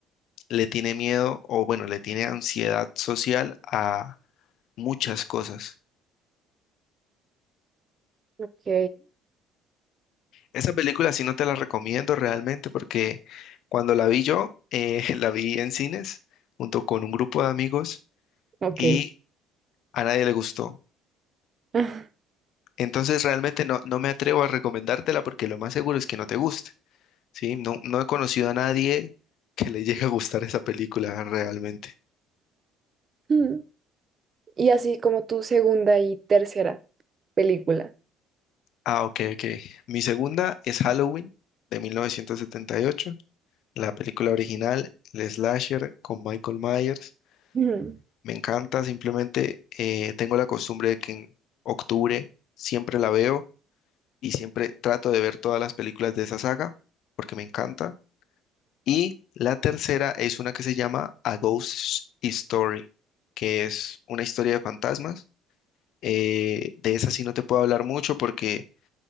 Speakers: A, on the left (about 65°); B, on the right (about 40°).
A: le tiene miedo o bueno, le tiene ansiedad social a muchas cosas.
B: Ok,
A: Esa película sí no te la recomiendo realmente porque cuando la vi yo, eh, <laughs> la vi en cines junto con un grupo de amigos
B: ok.
A: y a nadie le gustó.
B: <laughs>
A: Entonces realmente no, no me atrevo a recomendártela porque lo más seguro es que no te guste, ¿sí? No, no he conocido a nadie que le llegue a gustar esa película realmente.
B: Mm, Y así como tu segunda y tercera película.
A: Ah, ok, ok. Mi segunda es Halloween de 1978, la película original, el slasher con Michael Myers.
B: Mm,
A: Me encanta, simplemente eh, tengo la costumbre de que en octubre siempre la veo y siempre trato de ver todas las películas de esa saga porque me encanta. Y la tercera es una que se llama A Ghost Story, que es una historia de fantasmas. Eh, de esa sí no te puedo hablar mucho porque